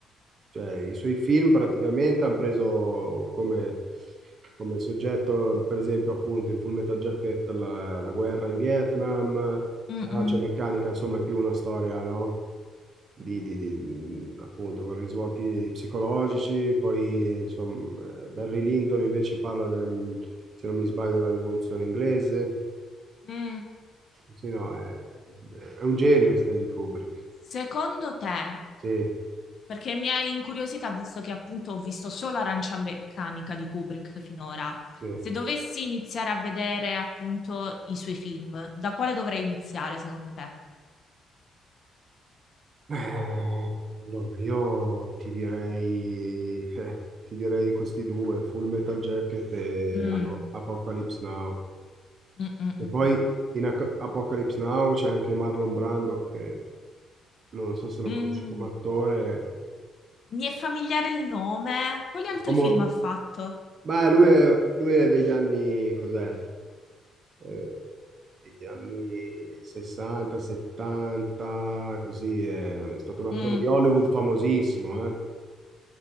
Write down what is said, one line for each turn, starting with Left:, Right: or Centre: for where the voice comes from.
Right: cioè i suoi film praticamente hanno preso come, come soggetto, per esempio, appunto in Full Metal Jacket la, la guerra in Vietnam,
Left: mm,
Right: l'Arancia
Left: mm,
Right: Meccanica, insomma, è più una storia, no? Di, di- di- appunto con risvolti psicologici, poi insomma, eh, Barry Lyndon invece parla del, se non mi sbaglio, della rivoluzione inglese.
Left: mm.
Right: Sì, no, è, è un genio Stanley Kubrick.
Left: Secondo te
Right: Sì,
Left: Perché mi ha incuriosita, visto che appunto ho visto solo Arancia Meccanica di Kubrick finora.
Right: sì.
Left: Se dovessi iniziare a vedere appunto i suoi film, da quale dovrei iniziare secondo te?
Right: Eh, Allora, io ti direi, eh, ti direi questi due, Full Metal Jacket e
Left: Mm,
Right: allo- Apocalypse Now.
Left: mm, mm, mm,
Right: E poi
Left: mm.
Right: in Ac- Apocalypse Now c'è anche Marlon Brando, che non so se lo
Left: Mm,
Right: conosci come attore.
Left: mi è familiare il nome. Quali altri
Right: Omo-
Left: film ha fatto?
Right: ma lui è, lui è degli anni, cos'è? Eh, degli anni 60, 70, così, è stato un attore
Left: Mm,
Right: di Hollywood famosissimo, eh.